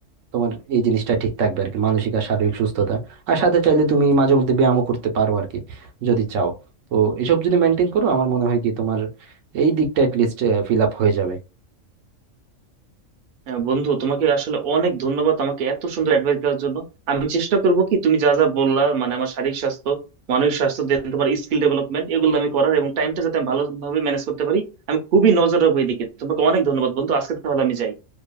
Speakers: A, on the right; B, on the right.
A: তোমার এই জিনিসটা ঠিক থাকবে আর কি মানসিক আর শারীরিক সুস্থতা আর সাথে চাইলে তুমি মাঝে মধ্যে ব্যায়ামও করতে পারো আর কি যদি চাও তো এসব যদি মেনটেন করো আমার মনে হয় কি তোমার এই দিকটা লিস্ট ফিল আপ হয়ে যাবে
B: হ্যাঁ বন্ধু তোমাকে আসলে অনেক ধন্যবাদ আমাকে এত সুন্দর অ্যাডভাইস দেওয়ার জন্য আমি চেষ্টা করব কি তুমি যা যা বললা মানে আমার শারীরিক স্বাস্থ্য মানসিক স্বাস্থ্য দেন তোমার স্কিল ডেভেলপমেন্ট এগুলো আমি করার এবং টাইমটা যাতে আমি ভালোভাবে ম্যানেজ করতে পারি আমি খুবই নজর রাখবো এদিকে তোমাকে অনেক ধন্যবাদ বন্ধু আজকে তাহলে আমি যাই